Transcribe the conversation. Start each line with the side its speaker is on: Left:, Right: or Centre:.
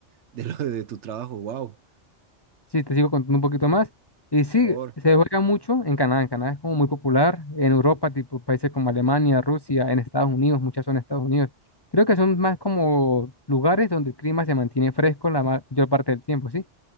Right: de lo de tu trabajo. Wow,
Left: Sí, te sigo contando un poquito más. Y sí,
Right: por favor.
Left: se juega mucho en Canadá. En Canadá es como muy popular. En Europa, tipo países como Alemania, Rusia, en Estados Unidos, muchas son en Estados Unidos. Creo que son más como lugares donde el clima se mantiene fresco la ma- mayor parte del tiempo, ¿sí?